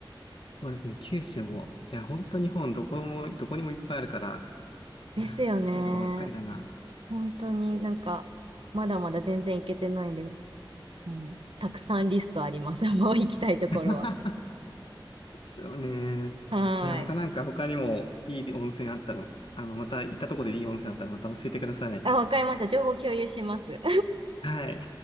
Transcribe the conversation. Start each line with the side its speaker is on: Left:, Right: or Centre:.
Left: そうですね、九州も。いや、本当日本どこも、どこにもいっぱいあるから、
Right: ですよね。
Left: いや、行きたいとこばっかりだな。
Right: 本当になんか、まだまだ全然行けてないんで、うん、たくさんリストあります。<laughs> もう行きたいところは。
Left: <laughs> ですよね。
Right: はーい。
Left: いや、またなんか他にもいい温泉あったら、あの、また行ったとこでいい温泉あったらまた教えてください。
Right: あ、わかりました。情報共有します。
Left: はい。